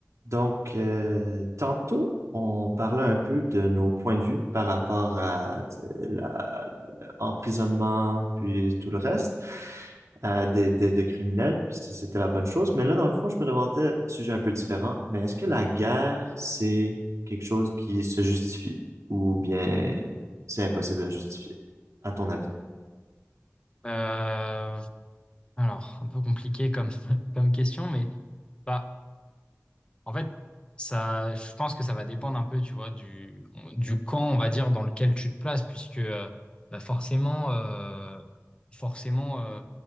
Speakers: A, on the right; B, on the left.
A: Donc, euh, tantôt, on parlait un peu de nos points de vue par rapport à tu sais, la- la- l'emprisonnement, puis tout le reste, euh, des, des- des criminels, puis si c'était la bonne chose. Mais là, dans le fond, je me demandais, sujet un peu différent, mais est-ce que la guerre, c'est quelque chose qui se justifie ou bien c'est impossible à justifier, à ton avis?
B: Euh, alors, un peu compliqué comme, <laughs> comme question, mais bah, en fait, ça, je pense que ça va dépendre un peu, tu vois, du, du camp, on va dire, dans lequel tu te places, puisque euh, bah forcément, euh, forcément euh,